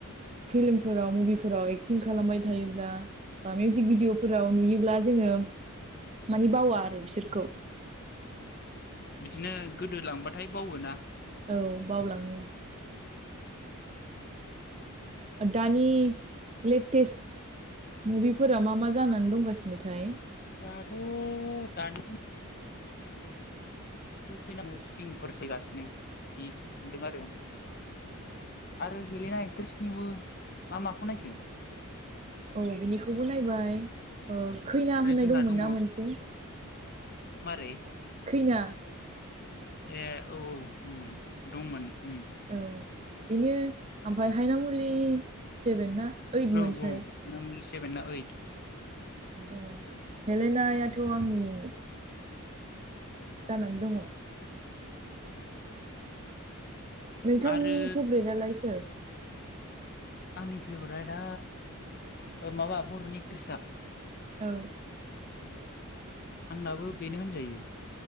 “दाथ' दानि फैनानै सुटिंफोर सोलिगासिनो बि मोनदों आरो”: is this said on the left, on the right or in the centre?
Left